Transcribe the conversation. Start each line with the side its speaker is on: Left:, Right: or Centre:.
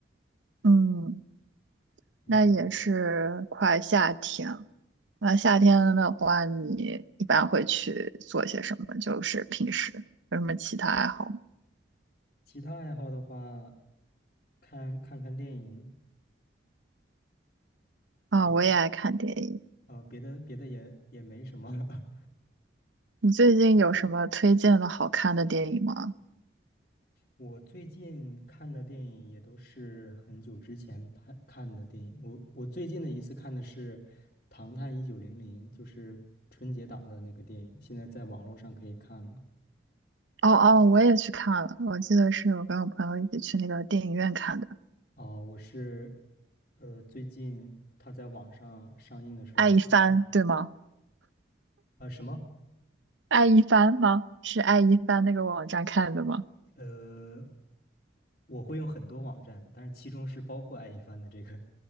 Right: 嗯，
Left: 嗯，
Right: 那也是快夏天了那夏天的话，你一般会去做些什么？就是平时有什么其他爱好吗？
Left: 其他爱好的话，看看看电影，
Right: 啊，
Left: 别
Right: 我也爱看电影。
Left: 啊、别的别的也也没什么了 <laughs>
Right: 你最近有什么推荐的好看的电影吗？
Left: 我最近看的电影也都是很久之前拍看的电影。我我最近的一次看的是《唐探一九零零》，就是春节档的那个电影，现在在网络上可以看了。
Right: 哦哦，我也去看了，我记得是我跟我朋友一起去那个电影院看的
Left: 哦，我是呃最近它在网上上映的时候刚看
Right: 《爱一帆》，对吗？
Left: 呃什么
Right: 《爱一帆》吗？是《爱一帆》那个网站看的吗？
Left: 呃，我会用很多网站，但是其中是包括爱一帆的这个。